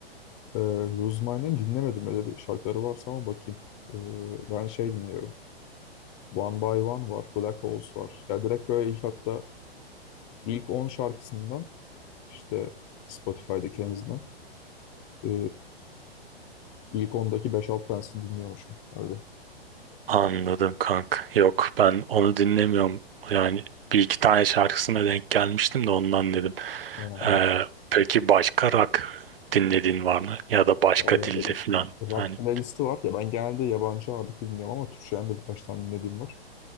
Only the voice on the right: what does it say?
Anladım kank. Yok ben onu dinlemiyorum. Yani bir iki tane şarkısına denk gelmiştim de ondan dedim.
Ee,
peki başka rock dinlediğin var mı? Ya da başka
dilde
falan.
Hani